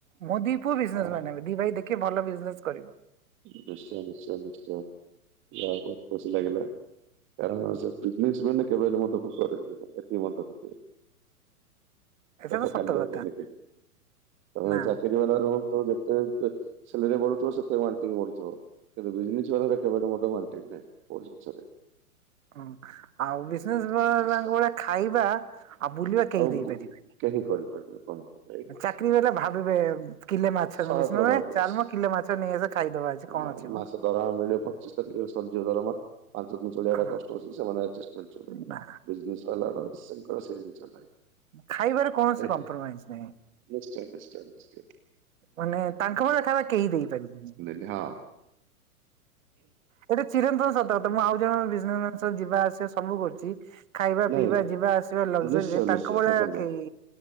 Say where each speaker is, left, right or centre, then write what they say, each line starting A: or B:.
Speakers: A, on the right; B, on the right.
A: ମୋ ଦି ପୁଅ ବିଜନେସ
B: ଆଃ
A: ମ୍ୟାନ ହେବେ। ଦି ଭାଇ ଦେଖି ଭଲ ବିଜନେସ କରିବ।
B: ନିଶ୍ଚୟ ନିଶ୍ଚୟ ନିଶ୍ଚୟ, ଯା ବହୁତ ଖୁସି ଲାଗିଲା କାରଣ ସେ ବିଜନେସ ମ୍ୟାନ୍ କେବେ ରୁଣ ତକ କରେନି ଏତିକି ମନେ ରଖିଥିବେ।
A: ଏଟା
B: ପେଟ
A: ତ ସତ
B: ଖାଲିି
A: କଥା
B: କରିକି, ତମେ
A: ନା
B: ଚାକିରି ବାଲା ରହୁନ୍ତୁ ଯେମତି ଯେତେ ସେଲରେ ବଢୁଥିବ ସେତେ ବାଣ୍ଟିକି ବଢୁଥିବ। କିନ୍ତୁ ବିଜନେସ ବାଲା ର କେବେ ହେଲେ ମଧ୍ୟ ୱାନ ଟେକ୍ ନାହିଁ କୋଉ ଜିନିଷ ରେ।
A: ହଁ ଆଉ ବିଜନେସ
B: ଆଚ୍ଛା
A: ମ୍ୟାନ
B: ଆଚ୍ଛା ଆଚ୍ଛା
A: ଙ୍କ ଭଳିଆ ଖାଇବା ଆଉ ବୁଲିବା କେହି
B: ଆଉ
A: ଦେଇପାରିବେନି।
B: ବୁ- କେହି କରିପାରିବେନି କରନ୍ତି।
A: ଚାକିରି ବାଲା ଭାବିବେ କିଲେ ମାଛ
B: ସହଜର
A: ନେବି, ସେମାନେ
B: ଭାବେ
A: ଚାଲମ କିଲେ ମାଛ ନେଇଆସ ଖାଇଦବା ଆଜି। କଣ
B: ଆଉ
A: ଅଛି ମ।
B: ମାସ ଦରମା ମିଳିବ ପଚିଶ ତାରିଖରେ ସରିଯିବ ଦରମା ପାଞ୍ଚ ଦିନ ଚଳିବାଟା
A: ହଁ,
B: କଷ୍ଟ ହଉଛି ସେମାନେ ଆଡଜଷ୍ଟମେଣ୍ଟ
A: ନା
B: ବିଜିନେସ୍ ବାଲାର ସେ ତାଙ୍କର ସେ ଜିନିଷ ନାହିଁ।
A: ଖାଇବାର କୌଣସି
B: ଏ
A: କମ୍ପ୍ରୋମାଇଜ ନାହିଁ।
B: ନିଶ୍ଚୟ ନିଶ୍ଚୟ ନିଶ୍ଚୟ
A: ମାନେ ତାଙ୍କ ମ ଖାଇବା କେହି ଦେଇପାରିବେନି।
B: ଏ ହଁ।
A: ଗୋଟେ ଚିରନ୍ତନ ସତ କଥା ମୁଁ ଆଉ ଜଣଙ୍କ ବିଜନେସ୍ ମ୍ୟାନ୍ ସହ ଯିବା ଆସି ସେ ସବୁ କରୁଛି, ଖାଇବା
B: ନାଇଁ
A: ପିଇବା ଯିବା ଆସିବା ଲଗଜରୀରେ
B: ନିଶ୍ଚୟ ନିଶ୍ଚୟ
A: ତାଙ୍କ ଭଳିଆ
B: ଦେଖନ୍ତୁ।
A: କେହି